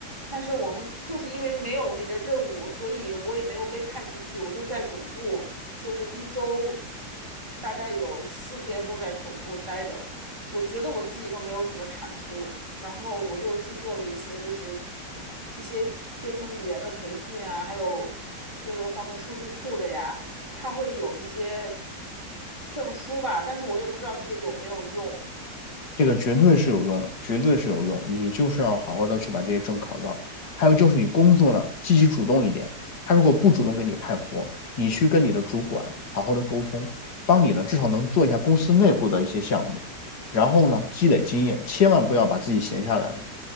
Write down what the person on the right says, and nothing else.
但是我们就是因为没有那个任务，所以我也没有被派出去，我就在总部，就是一周大概有四天都在总部待着，我觉得我自己都没有什么产出，然后我就去做了一些就是一些编程语言的培训啊，还有各个方面数据库的呀。他会有一些证书吧，但是我也不知道这个有没有用。